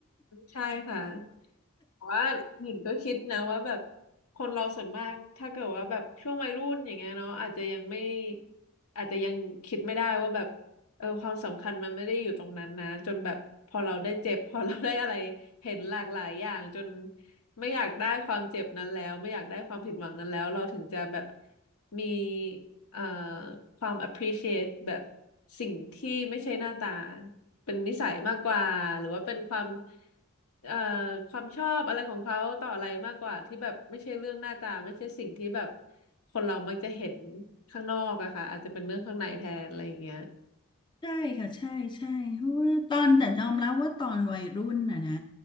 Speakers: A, on the left; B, on the left.
A: ใช่ค่ะ แต่ว่าหญิงก็คิดนะว่าแบบคนเราส่วนมากถ้าเกิดว่าแบบช่วงวัยรุ่นอย่างเงี้ยเนาะอาจจะยังไม่อาจจะยังคิดไม่ได้ว่าแบบเออความสำคัญมันไม่ได้อยู่ตรงนั้นนะจนแบบพอเราได้เจ็บพอเราได้อะไรเห็นหลากหลายอย่างจนไม่อยากได้ความเจ็บนั้นแล้วไม่อยากได้ความผิดหวังนั้นแล้วเราถึงจะแบบมี เอ่อความ appreciate แบบสิ่งที่ไม่ใช่หน้าตาเป็นนิสัยมากกว่าหรือว่าเป็นความเอ่อความชอบอะไรของเขาต่ออะไรมากกว่าที่แบบไม่ใช่เรื่องหน้าตาไม่ใช่สิ่งที่แบบคนเรามักจะเห็นข้างนอกอะค่ะอาจจะเป็นเรื่องข้างในแทนอะไรอย่างเงี้ย
B: ใช่ค่ะใช่ใช่เพราะว่าตอนแต่ยอมรับว่าตอนวัยรุ่นน่ะนะ